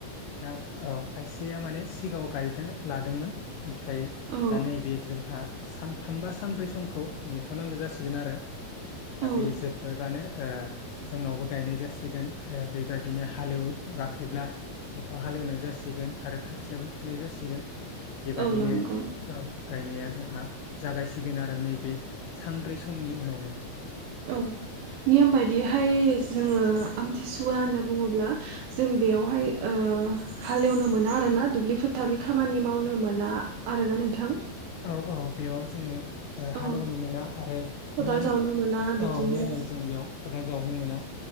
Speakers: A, on the left (about 80°); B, on the right (about 85°).
A: दा औ खायसेया माने सिगाङाव गायदो लादोंमोन ओमफ्राय
B: औ
A: दा नैबे जोंहा सानथाम बा सानब्रै समखौ नेथ'नांगौ जासिगोन आरो दा
B: औ
A: बे जोब्बायबानो ओ जोंनावबो गायनाय जासिगोन ओ बेबायदिनो हालेव वाखैब्ला बेखौ हालेवनाय जासिगोन आरो खोथियाबो फुनाय जासिगोन। बेबादिनो
B: औ नंगौ
A: औ। गायनाया जोंहा जागायसिगोन आरो नैबे सानब्रै समनि उनावनो।
B: औ नियम बायदि फाय जोङो आमथिसुवा होनना बुङोब्ला जों बेयावहाय ओ हालेवनो मोना आरोना दुब्लि फोथारनि खामानि मावनो मोना आरोना नोंथां।
A: औ औ बेयाव जोङो ओ
B: औ
A: हालेवनो मोना आरो
B: खदाल
A: मेन
B: जावनो मोना बिदिनो
A: औ मेनै जों बेयाव खदाल जावनो मोना।